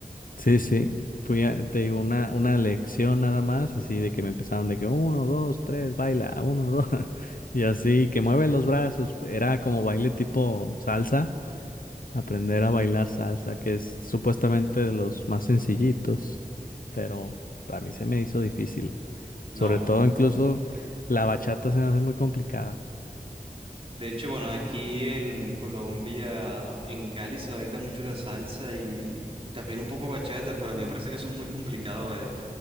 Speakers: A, on the left; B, on the right.
A: Sí, sí. Fui a, te digo, una, una lección nada más, así de que me empezaron de que uno, dos, tres, baila, uno, dos, <laughs> y así, que mueve los brazos. Era como baile tipo salsa, aprender a bailar salsa, que es supuestamente de los más sencillitos, pero a mí se me hizo difícil. Sobre
B: No.
A: todo, incluso la bachata se me hace muy complicada.
B: De hecho, bueno, aquí en Colombia, en Cali se baila mucho la salsa y también un poco bachata, pero a mí me parece que eso es muy complicado el